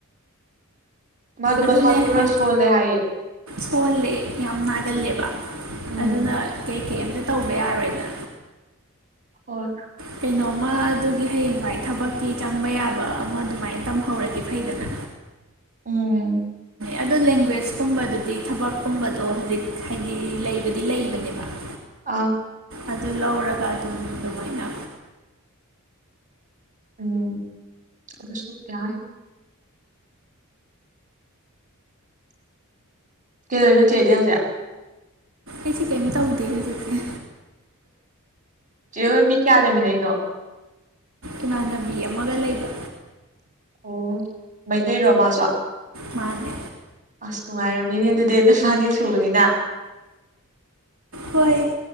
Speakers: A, on the right; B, on the right.
A: ꯃꯥꯗꯣ ꯃꯁꯥꯁꯨ
B: ꯑꯗꯨꯅꯦ
A: ꯈꯔ
B: ꯍꯥꯏ
A: ꯁꯣꯜꯂꯦ ꯍꯥꯏꯑꯦ
B: ꯁꯣꯜꯂꯦ ꯌꯥꯝ ꯅꯥꯒꯜꯂꯦꯕ
A: ꯎꯝ
B: ꯑꯗꯨꯅ ꯀꯩ ꯀꯩ ꯑꯝꯇ ꯇꯧꯕ ꯌꯥꯔꯣꯏꯑꯅ
A: ꯍꯣꯏ
B: ꯀꯩꯅꯣꯝꯃ ꯑꯗꯨꯒꯤ ꯍꯌꯦꯡ ꯋꯥꯏ ꯊꯕꯛꯇꯤ ꯆꯪꯕ ꯌꯥꯕ ꯑꯃ ꯑꯗꯨꯃꯥꯏꯅ ꯇꯝꯍꯧꯔꯗꯤ ꯐꯩꯗꯅ
A: ꯎꯝ
B: ꯑꯗꯨ ꯂꯦꯡꯒ꯭ꯋꯦꯖꯀꯨꯝꯕꯗꯨꯗꯤ ꯊꯕꯛꯀꯨꯝꯕꯗꯣ ꯍꯧꯖꯤꯛ ꯍꯥꯏꯗꯤ ꯂꯩꯕꯗꯤ ꯂꯩꯕꯅꯦꯕ ꯑꯣ
A: ꯑꯥ
B: ꯑꯗꯨ ꯂꯧꯔꯒ ꯑꯗꯨꯝ ꯑꯗꯨꯃꯥꯏꯅ
A: ꯎꯝ ꯑꯗꯨꯁꯨ ꯌꯥꯏ ꯀꯩꯗꯣꯏꯔꯤꯅꯣ ꯆꯦꯗꯤ ꯍꯧꯖꯤꯛ
B: ꯑꯩꯁꯦ ꯀꯩꯝ ꯇꯧꯗꯦ ꯍꯧꯖꯤꯛꯁꯦ
A: ꯆꯦꯍꯣꯏ ꯃꯤ ꯀꯌꯥ ꯂꯩꯃꯤꯟꯅꯩꯅꯣ
B: ꯏꯃꯥꯟꯅꯕꯤ ꯑꯃꯒ ꯂꯩꯕ
A: ꯑꯣ ꯃꯩꯇꯩꯔꯣ ꯃꯁꯨ
B: ꯃꯥꯅꯦ
A: ꯑꯁ ꯅꯨꯡꯉꯥꯏꯔꯝꯃꯤꯅꯦ ꯑꯗꯨꯗꯤ ꯅꯕꯥꯅꯤ ꯁꯨꯕꯅꯤꯅ
B: ꯍꯣꯏ